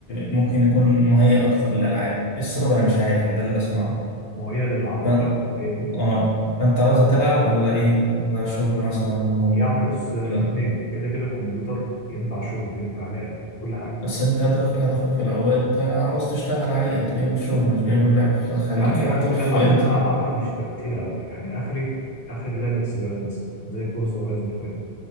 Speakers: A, on the left; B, on the left.
A: ممكن يكون مهيأ اكتر للالعاب ايه السبب انا مش عارف يعني ده اللي بسمعه
B: وهي اللي ألعب
A: ف...
B: أكتر فاهمني
A: اه فانت عاوز تلعب ولا ايه ولا شغل مثلا و...
B: يعني بص الاتنين
A: كده.
B: كده كده الكمبيوتر ينفع شغل ينفع لعب كل حاجة
A: بس انت هدفك هدفك في الاول انت عاوز تشتغل عليه انت جايبه الشغل مش جايبه اللعب فخليك
B: يعني
A: افضل
B: الالعاب
A: في انتل
B: اللي انا هلعبها مش تبقى تقيله قوي يعني اخري اخر لعبه سباقات مثلا زي فورزا هورايزون 5